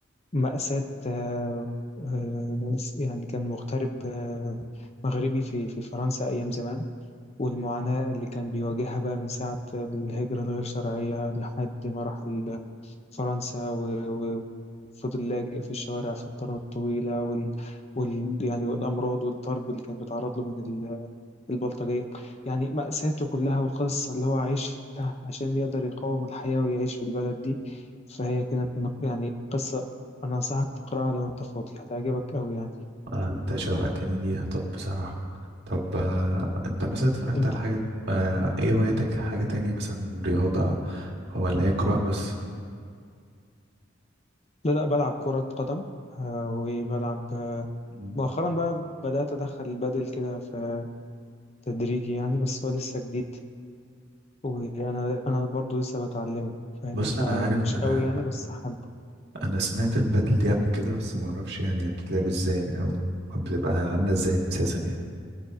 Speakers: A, on the left; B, on the right.
A: مأساة آه، آه، يعني كان مغترب آه، مغربي في في فرنسا أيام زمان والمعاناة اللي كان بيواجهها بقى من ساعة الهجرة الغير شرعية لحد ما راح ال- فرنسا و- و- وفضل لاجئ في الشوارع فترات طويلة وال, وال يعني والأمراض والضرب اللي كان بيتعرض له من البلطجية يعني مأساته كلها والقصة اللي هو عايشها عشان يقدر يقاوم الحياة ويعيش في البلد دي فهي كانت من- يعني قصة أنا أنصحك تقرأها لو أنت فاضي هتعجبك أوي يعني
B: آه انت شوقتني ليها طب بصراحة طب آه انت مثلا اتفرجت
A: أنت
B: على حاجة آه ايه هوايتك حاجة تانية مثلا رياضة ولا هي قراءة بس
A: لا لا بلعب كرة قدم آه، وبلعب آه،
B: مم.
A: مؤخرا بقى بدأت أدخل البادل كده في تدريجي يعني بس هو لسه جديد وأنا أنا برضو لسه بتعلمه فاهمني
B: بص
A: فمش
B: انا عارف انا
A: قوي يعني بس حابب
B: انا سمعت البدل دي قبل كده بس ما اعرفش يعني بتتلعب ازاي او بتبقى عامله ازاي اساسا يعني